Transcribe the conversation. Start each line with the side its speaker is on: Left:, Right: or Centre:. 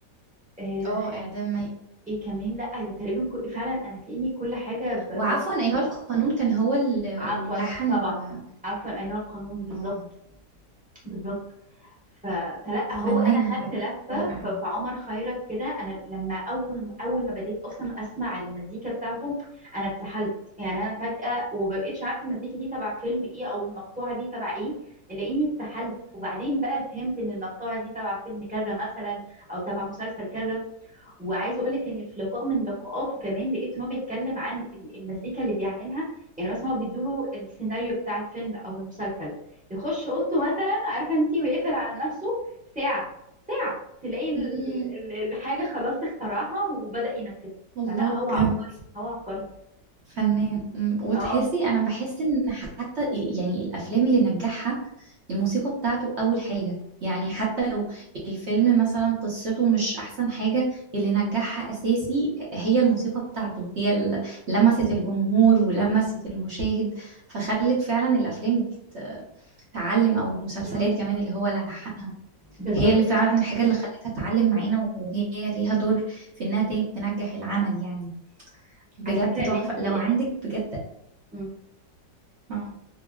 Centre: آه،
Right: اه اعدام مي
Centre: ايه كمان لا أنا تقريبا كل فعلا انا تلاقيني كل حاجه ب...
Right: وعفوا
Centre: بس
Right: ايها القانون كان هو اللي
Centre: عفوا
Right: اللي ملحن
Centre: طبعا
Right: ال-
Centre: عفوا ايها القانون بالظبط
Right: اه
Centre: بالظبط ف... فلا هو
Right: فنان
Centre: انا خدت
Right: بجد
Centre: لفه
Right: رائع
Centre: ف... فعمر خيرت كده انا لما اول اول ما بديت اصلا اسمع المزيكا بتاعته انا اتسحلت يعني انا فجاه ومبقتش عارفه المزيكا دي تبع فيلم ايه او المقطوعه دي تبع ايه لاني اتسحلت وبعدين بقى فهمت ان المقطوعه دي تبع فيلم كذا مثلا او تبع مسلسل كذا وعايزه اقول لك ان في لقاء من لقاءاته كمان لقيت ان هو بيتكلم عن ال- المزيكا اللي بيعملها يعني مثلا هو بيدوله السيناريو بتاع الفيلم او المسلسل يخش اوضته مثلا عارفه انت ويقفل على نفسه ساعه ساعه تلاقي ال-
Right: مم.
Centre: ال- الحاجه خلاص اخترعها وبدأ ينفذها
Right: الله
Centre: فلا هو
Right: بجد
Centre: عبقري هو عبقري
Right: فنان مم. وتحسي
Centre: اه اه
Right: انا بحس ان حتى ال- يعني الافلام اللي نجحها الموسيقى بتاعته اول حاجة يعني حتى لو الفيلم مثلا قصته مش احسن حاجة اللي نجحها اساسي هي الموسيقى بتاعته هي اللي لمست الجمهور ولمست المشاهد فخلت فعلا الافلام دي ت- تعلم او المسلسلات
Centre: مليون في
Right: كمان
Centre: المية.
Right: اللي هو لحنها
Centre: بالظبط
Right: هي اللي فعلا الحاجة اللي خلتها تعلم معانا وهي ليها دور في انها تن- تنجح العمل يعني بجد
Centre: على فكره
Right: تحفة
Centre: اللي انت
Right: لو
Centre: اللي
Right: عندك
Centre: انت
Right: بجد
Centre: مم.
Right: اه